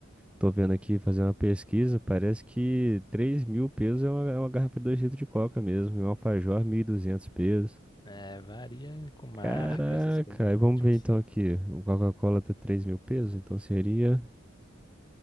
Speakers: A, in the centre; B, on the left (about 20°).
A: tô vendo aqui, fazendo uma pesquisa, parece que três mil pesos é uma, é uma garrafa de 2 litros de coca mesmo, e um alfajor 1.200 pesos.
B: É, varia com marca,
A: Caraca,
B: essas coisas. Então,
A: aí vamos
B: tipo
A: ver
B: assim.
A: então aqui, o Coca-Cola tá três mil pesos, então seria